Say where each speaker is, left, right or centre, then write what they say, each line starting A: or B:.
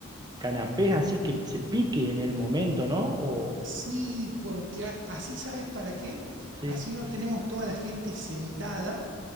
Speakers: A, on the right; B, on the right.
A: canapés así que se pique en el momento, ¿no? O,
B: Sí, porque a- así sabes para qué.
A: sí,
B: Así no tenemos toda la gente sentada